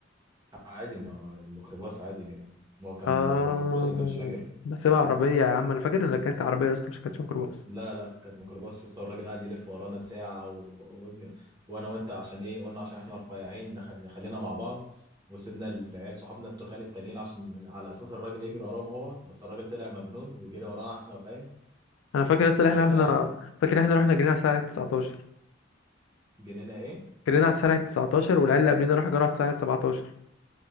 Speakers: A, on the right (about 20°); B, on the left (about 85°).
A: عادي ما هو الميكروباص عادي ما هو كان
B: اه
A: ده ميكروباص انت مش فاكر
B: بحسبها عربية يا عم انا فاكر ان كانت عربية يا اسطى مش كانت ميكروباص
A: لا لا كانت ميكروباص لسه والراجل قاعد يلف ورانا ساعة و... و... وانا وانت عشان ايه قلنا عشان احنا رفيعين نخ... نخلينا مع بعض وسيبنا العيال صحابنا التخان التانيين عشان على اساس الراجل يجري وراهم هو بس الراجل طلع مجنون وجري ورانا احنا فاهم
B: انا فاكر يا اسطى
A: انت
B: إن
A: مش
B: احنا
A: فاكر
B: احنا
A: اي
B: فاكر احنا رحنا جرينا على الساعة 19
A: جنينا ايه
B: جرينا على الساعة 19 والعيال اللي قبلنا راحوا جروا على الساعة 17